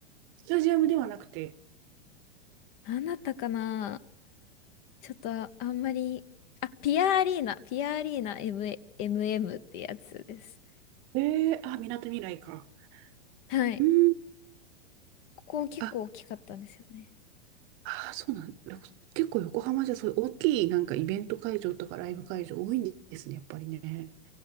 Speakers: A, on the right (about 40°); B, on the left (about 45°).
A: スタジアムではなくて。
B: なんだったかなちょっとあ、あんまり、あ、ピアアリーナ、ピアアリーナ M- MM ってやつです。
A: えー、あ、みなとみらいか。
B: はい。
A: うーん。
B: ここ結構大きかったんですよね。
A: あ、ああ、そうなん、ろく結構横浜じゃそういう大きいなんかイベント会場とかライブ会場多いんですね、やっぱりね。